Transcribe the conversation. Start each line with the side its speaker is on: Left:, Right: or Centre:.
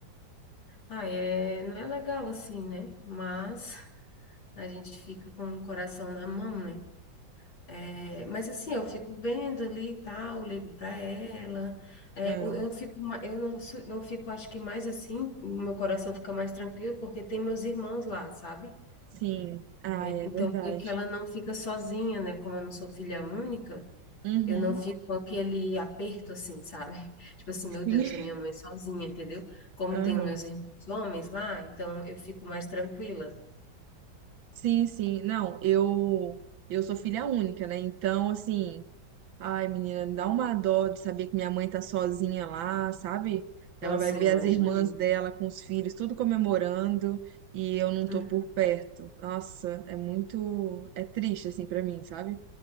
Left: Ah, é, não é legal assim, né? Mas a gente fica com o coração na mão, né? É, mas assim, eu fico vendo ali e tal, ligo para ela. É,
Right: Ah,
Left: eu, eu fico, ma- eu não, sou- não fico, acho que mais assim, meu coração fica mais tranquilo porque tem meus irmãos lá, sabe?
Right: sim, ah, é
Left: Então,
Right: verdade.
Left: meio que ela não fica sozinha, né? Como eu não sou filha única.
Right: Uhum,
Left: Eu não fico com aquele aperto assim, sabe? <laughs> Tipo assim, meu
Right: sim,
Left: Deus, a minha mãe sozinha, entendeu? Como
Right: <laughs>
Left: tenho meus irmãos homens lá, então eu fico mais tranquila.
Right: Sim, sim. Não, eu eu sou filha única, né? Então, assim, ai, menina, me dá uma dó de saber que minha mãe tá sozinha lá, sabe?
Left: Nossa,
Right: Ela vai ver
Left: eu imagino.
Right: as irmãs dela com os filhos, tudo comemorando, e eu não
Left: Hum,
Right: tô por perto. Nossa, é muito, é triste assim pra mim, sabe?